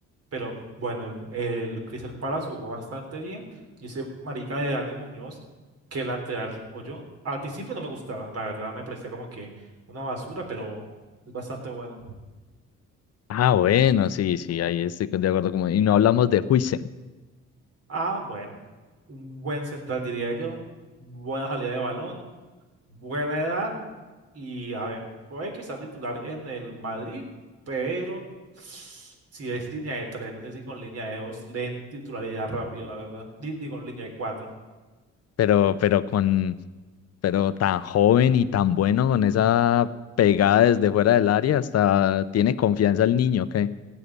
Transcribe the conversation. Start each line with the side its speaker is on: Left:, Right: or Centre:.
Right: Pero bueno, el, el Crystal Palace jugó bastante bien. Y ese marica de Dani Muñoz, que lateral, o yo, al principio no me gustaba, la verdad me parecía como que una basura, pero es bastante bueno.
Left: Ah, bueno, sí, sí, ahí estoy de acuerdo como Y no hablamos de Huijsen,
Right: Ah, bueno, un buen central diría yo, buena salida de balón, buena edad y a ver, puede que sea titular en el Madrid, pero si es línea de tres, no sé si con línea de dos leen titularidad rápido, la verdad. Di- Digo, línea de cuatro.
Left: pero, pero con, pero tan joven y tan bueno con esa pegada desde fuera del área, hasta tiene confianza el niño, que